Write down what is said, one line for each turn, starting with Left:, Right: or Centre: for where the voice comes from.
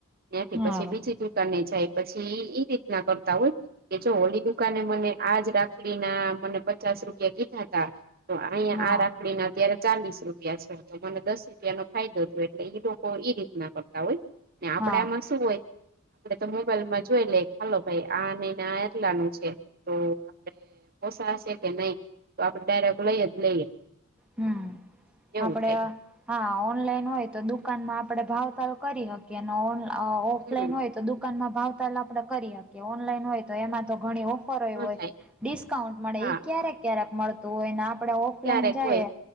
Right: ન્યાથી
Centre: હા
Right: પછી બીજી દુકાને જાય પછી ઈ રીતના કરતા હોય કે જો ઓલી દુકાને મને આજ રાખળીના મને પચાસ રૂપિયા કીધા તા તો ઐયા
Centre: હા
Right: આ રાખળીના અત્યારે ચાલીસ રૂપિયા છે તો મને દસ રૂપિયા નો ફાયદો થ્યો એટલે ઈ લોકો ઈ રીતના કરતા હોય ને આપડે
Centre: હા
Right: આમાં શું હોય આપળે તો મોબાઈલમાં જોય લે હાલો ભાઈ આ નઈને આ આટલાનું છે તો આપળે પોસા શે કે નય તો આપળે ડાયરેક લયજ લઈએ.
Centre: હમ્મ
Right: એવું
Centre: આપળે
Right: થાય
Centre: આ હા ઓનલાઈન હોય તો દુકાનમાં આપળે ભાવતાલ કરી હકીએ ને ઓન અ ઓફલાઈન
Right: હમ
Centre: હોય તો દુકાનમાં ભાવતાલ આપળે કરી હકીએ ઓનલાઈન હોય તો એમાં તો ઘણી ઓફ ફર એવું
Right: ન
Centre: હોય
Right: થાય
Centre: ડિસ્કાઉન્ટ મળે
Right: હા
Centre: ઈ ક્યારેક ક્યારેક મળતું હોય ને આપળે ઓફલાઈન
Right: ક્યારેક
Centre: જઈએ
Right: હોય